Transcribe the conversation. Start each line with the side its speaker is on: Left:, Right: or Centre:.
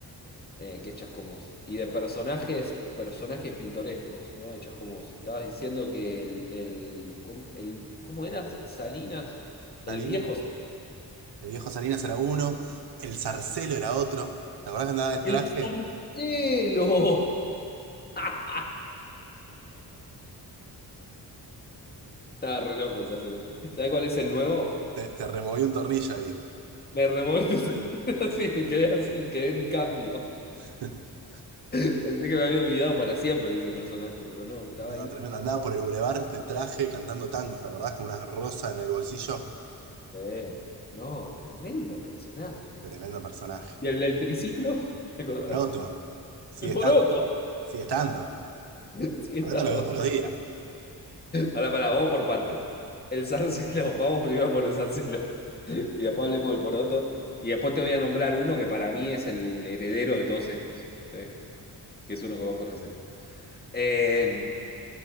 Left: Eh, que es Chascomús. Y de personajes, personajes pintorescos, ¿no? De Chascomús. Estabas diciendo que el, el, ¿cómo, el- ¿cómo eras? Salinas,
Right: Salina.
Left: el viejo.
Right: El viejo Salinas era uno, el Zarcelo
Left: Salinas.
Right: era otro. ¿Te acordás que andaba de traje?
Left: ¡El Sarcelo! <laughs> Estaba re loco el Sarcelo. ¿Sabes cuál es el nuevo?
Right: Te, te removí un tornillo ahí.
Left: Me removiste <laughs> así, me quedé así, quedé en cambio.
Right: <laughs>
Left: Pensé que me había olvidado para siempre de ese personaje, pero no, estaba
Right: No,
Left: ahí.
Right: tremendo. Andaba por el bulevar de traje cantando tangos, ¿te acordás? Con una rosa en el bolsillo.
Left: Sí. No, tremendo personaje.
Right: Tremendo personaje.
Left: ¿Y el del triciclo? ¿Te acordás?
Right: El Proto. Sigue
Left: El
Right: estando.
Left: poroto.
Right: Sigue estando. El
Left: <laughs> Sí, está
Right: Proto lo veo todos los días.
Left: Ahora, para, vamos por parte. El zarcelo, vamos primero por el zarcelo. <laughs> Y después hablemos del poroto. Y después te voy a nombrar uno que para mí es el heredero de todos estos, ¿sí? Que es uno que vos conocés. Eh,